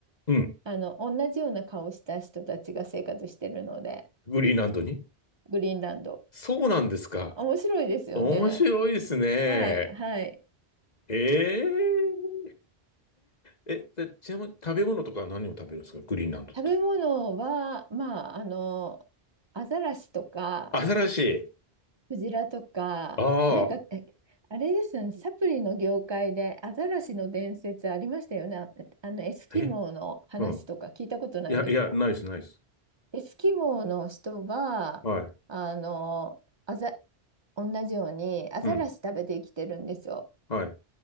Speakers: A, on the left; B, on the right.
A: うん。
B: あの、同じような顔した人たちが生活してるので、
A: グリーンランドに。
B: グリーンランド。
A: そうなんですか。
B: 面白いですよね。
A: 面白いですね。
B: はい、はい。
A: えええ、でちなみに食べ物とかは何を食べるんですかグリーンランドって。
B: 食べ物は、まあ、あの、アザラシとか、
A: 新しい。
B: クジラとか、
A: ああ、
B: なんか、えあれですよね、サプリの業界でアザラシの伝説ありましたよね。あの、エスキモーの話とか聞いたことないですか
A: え、うん。いや、いや、ナイス、ナイス。
B: エスキモーの人は、
A: はい。
B: あの、アザ、同じようにアザラシ食べて生きてるんですよ。
A: うん。はい。